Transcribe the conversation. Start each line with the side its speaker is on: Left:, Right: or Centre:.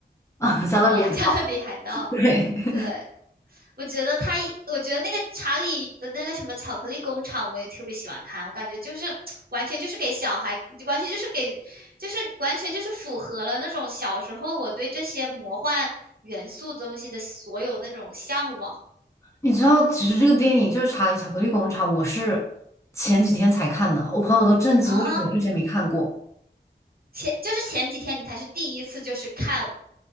Left: <laughs> 啊，《加勒比海盗》
Right: 哦，<laughs> 加勒比海盗，
Left: 对，
Right: 对，我觉得他一我觉得那个查理的那个什么巧克力工厂，我也特别喜欢看，我感觉就是 <tsk> 完全就是给小孩，完全就是给，就是完全就是符合了那种小时候我对这些魔幻元素东西的所有那种向往
Left: 你知道，其实这个电影就是《查理巧克力工厂》，我是前几天才看的，我朋友都震惊，
Right: 啊。
Left: 为什么我之前没看过？
Right: 前就是前几天你才是第一次就是看